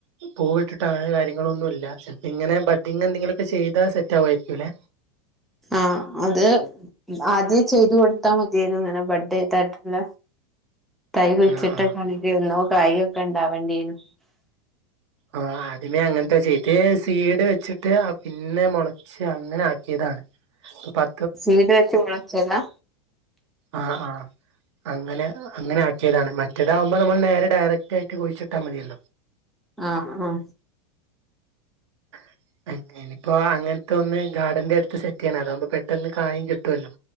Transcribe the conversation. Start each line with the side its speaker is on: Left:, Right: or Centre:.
Right: പൂവിട്ടിട്ടങ്ങനെ കാര്യങ്ങളൊന്നുല്ല. ചെൽപ്പിങ്ങനെ ബഡ്ഡിങ്ങെന്തെങ്കിലൊക്കെ ചെയ്താ സെറ്റാവു ആയിരിക്കുല്ലെ?
Centre: ആഹ്‌ അത് ആദ്യെ ചെയ്തു കൊടുത്താ മതിയേനു ങ്ങനെ ബഡ്ഡെയ്തായിട്ടുള്ള തൈ കുയ്ച്ചിട്ട്
Right: ആ ആ
Centre: ക്കാണെങ്കി എന്നോ കായൊക്കെ ണ്ടാവണ്ടീനു
Right: ആഹ്‌ ആദ്യമേ അങ്ങൻത്തെ ചെ ത് സീഡ് വെച്ചിട്ട് അ പിന്നെ മൊള ച്ചങ്ങനാക്കിയതാണ് പ്പൊ പ
Centre: സീഡ് വെച്ച് മൊളച്ചതാ?
Right: ആഹ്‌ ആഹ്‌ അങ്ങനെ അങ്ങനെ ആക്കിയതാണ് മറ്റേതാകുമ്പോ നമ്മൾ നേരെ ഡയറക്റ്റായിട്ട് കുഴിച്ചിട്ടാ മതിയല്ലോ.
Centre: ആഹ് ആഹ്‌
Right: <inaudible> എനിപ്പോ അങ്ങൻത്തെ ഒന്ന് ഗാർഡന്റെടുത്ത് സെറ്റെ യ്യണം അതാകുമ്പോ പെട്ടെന്ന് കായും കിട്ടുഅല്ലോ